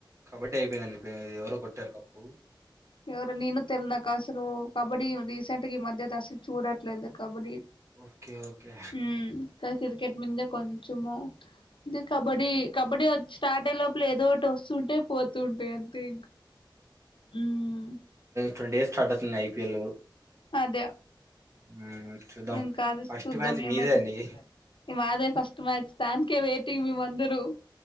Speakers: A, on the right; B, on the left.
A: కబడ్డీ అయిపోయిందండి అండి ఇప్ ఎ ఎవరో కొట్టారు కప్పు
B: ఎవరు నేను తెలినాకా అసలు కబడ్డీ రిసెంట్గా ఈ మధ్య అయితే అసలు చూడట్లేదు కబడ్డీ
A: ఓకే ఓకే
B: ఉమ్ కానీ క్రికెట్ మిద్నె కొంచెము ఇద్ కబడ్డీ కబాడీ చ్ స్టార్ట్ అయిలోపల ఏదో ఒకటి వస్తు సుటేయ్ పోతుంటయ్ అంతే ఇంక ఉమ్
A: ట్వంటీ స్ స్టార్ట్ అయితుంది ఐ పీ ఎల్
B: అదే
A: ఉమ్ చూద్దాం
B: ఇం కాదు
A: ఫస్ట్
B: చూద్దాం
A: మ్యాచ్
B: ఏమైతే
A: మీదే అండి
B: మాదె ఫస్ట్ మ్యాచ్ దానకే వెయిటింగ్ మె మందరు